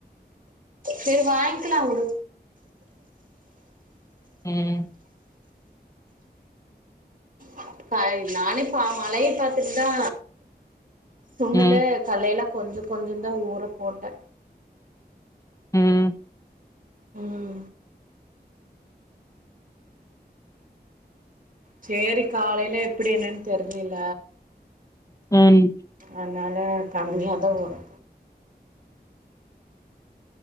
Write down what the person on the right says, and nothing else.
சரி வாங்கிக்லா உடு
<unintelligible> மழய பாத்துட்தா தூங்கல்ல
கலைய்ல கொஞ்சு கொஞ்சு தா ஊற போட்டே
ம் ச்சேரி காலைய்ல எப்படி என்னன் தெர்லில
அத்னால கம்மியா தா வரு